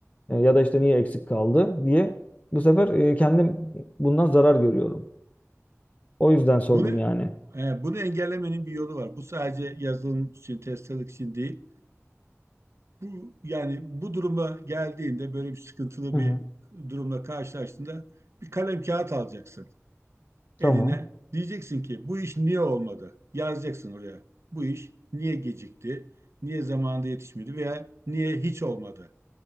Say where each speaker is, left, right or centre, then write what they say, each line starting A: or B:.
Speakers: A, on the left (about 30°); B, on the right (about 60°).
A: E, ya da işte niye eksik kaldı diye. Bu sefer e, kendim bundan zarar görüyorum. O yüzden sordum
B: Bunu
A: yani.
B: e, bunu engellemenin bir yolu var. Bu sadece yazılım için, testçilik için değil. Bu yani bu duruma geldiğinde böyle bir sıkıntılı
A: Hı
B: bir
A: hı.
B: durumla karşılaştığında bir kalem kağıt alacaksın
A: Tamam.
B: eline. Diyeceksin ki bu iş niye olmadı? Yazacaksın oraya. Bu iş niye gecikti? Niye zamanında yetişmedi veya niye hiç olmadı?